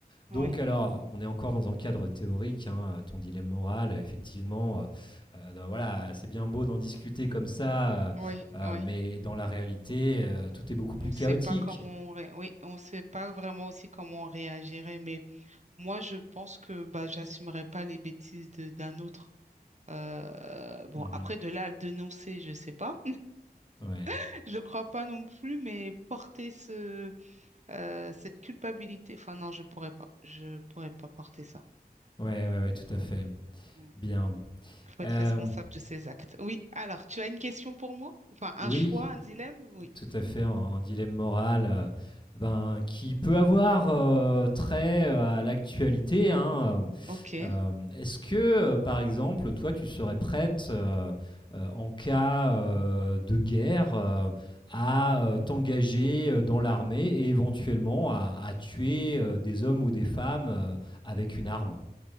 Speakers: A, on the left; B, on the right.
A: donc,
B: oui.
A: alors, on est encore dans un cadre théorique, hein, ton dilemme moral, euh, effectivement, euh, euh, donc voilà, c'est bien beau d'en discuter comme ça, euh,
B: Oui,
A: euh,
B: oui.
A: mais dans la réalité, euh, tout est beaucoup plus
B: On ne sait
A: chaotique.
B: pas comment on ré- oui, on sait pas vraiment aussi comment on réagirait, mais Moi, je pense que bah, j'assumerai pas les bêtises de- d'un autre. Euh, bon,
A: Mhm.
B: après, de là à le dénoncer, je sais pas.
A: Ouais.
B: <laughs> Je crois pas non plus, mais porter ce, euh, cette culpabilité, enfin non, je pourrais pas. Je pourrais pas porter ça.
A: ouais, ouais, ouais, tout à fait.
B: Mm.
A: Bien.
B: Il faut être
A: Euh,
B: responsable de ses actes. Oui, alors, tu as une question pour moi? Enfin, un
A: oui,
B: choix, un dilemme? Oui.
A: tout à fait un, un dilemme moral euh, ben, qui peut avoir euh, trait euh, à l'actualité. hein,
B: Ok.
A: euh, euh, Est-ce que, euh, par exemple, toi, tu serais prête euh, euh, en cas euh, de guerre euh, à euh, t'engager euh, dans l'armée et éventuellement à, à tuer euh, des hommes ou des femmes euh, avec une arme?